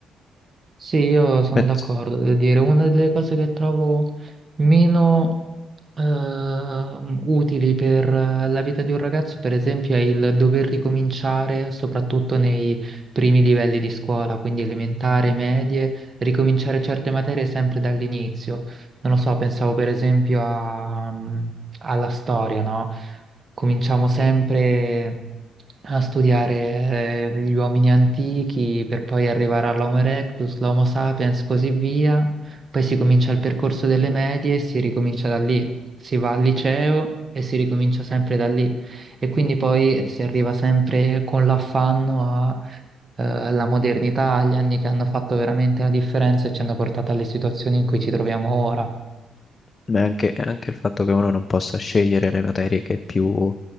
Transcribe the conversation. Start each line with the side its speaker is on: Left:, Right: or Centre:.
Right: Sì, io sono
Left: Penso-
Right: d'accordo, devo dire, una delle cose che trovo meno ehm, utili per eh, la vita di un ragazzo, per esempio, è il dover ricominciare, soprattutto nei primi livelli di scuola, quindi elementare, medie, ricominciare certe materie sempre dall'inizio. Non lo so, pensavo per esempio a, mm, alla storia, no? cominciamo sempre a studiare eh, gli uomini antichi per poi arrivare all'Homo erectus, l'Homo sapiens, così via. Poi si comincia il percorso delle medie e si ricomincia da lì. Si va al liceo e si ricomincia sempre da lì. E quindi poi si arriva sempre con l'affanno a, eh, alla modernità, agli anni che hanno fatto veramente la differenza e ci hanno portato alle situazioni in cui ci troviamo ora.
Left: Ma è anche, è anche il fatto che uno non possa scegliere le materie che più,